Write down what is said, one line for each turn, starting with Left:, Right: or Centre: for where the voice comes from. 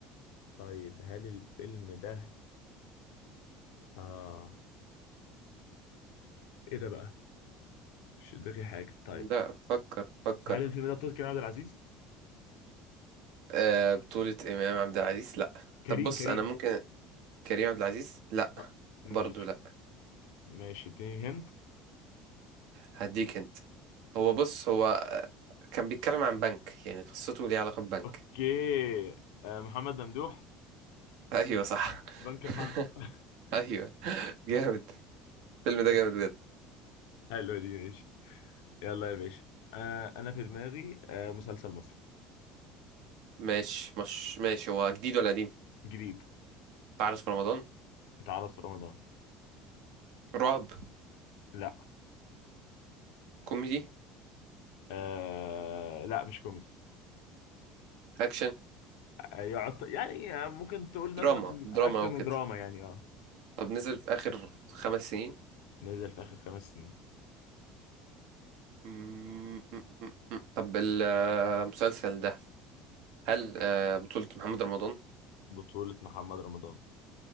Left: طيب هل الفيلم ده اه ايه ده بقى مش في دماغي حاجه طيب
Right: لا فكر فكر
Left: هل الفيلم ده بطولة كريم عبد العزيز
Right: آه بطولة امام عبد العزيز لا
Left: كريم
Right: طب بص
Left: كريم
Right: انا ممكن كريم عبد العزيز لا
Left: آه. ماشي
Right: برضو لا
Left: ماشي اديني هنت
Right: هديك انت هو بص هو كان بيتكلم عن بنك يعني قصته ليها علاقة ببنك
Left: اوكي آه محمد ممدوح
Right: ايوه صح
Left: بنك
Right: <laughs>
Left: الحظ <laughs>
Right: ايوه جامد الفيلم
Left: حلو
Right: ده جامد بجد
Left: حلو دي ماشي يلا يا باشا آه انا في دماغي آه مسلسل مصري
Right: ماشي مش ماشي هو جديد ولا قديم
Left: جديد
Right: تعرف في رمضان
Left: اتعرض في رمضان
Right: رعب
Left: لا
Right: كوميدي
Left: آه لا مش كوميدي
Right: اكشن
Left: آه يعط... يعني آه ممكن تقول مثلا
Right: دراما
Left: اكشن
Right: دراما وكده
Left: ودراما يعني اه
Right: طب نزل في اخر خمس سنين
Left: نزل في اخر خمس سنين
Right: مم، مم، مم، مم. طب المسلسل ده هل آه، بطولة محمد رمضان
Left: بطولة محمد رمضان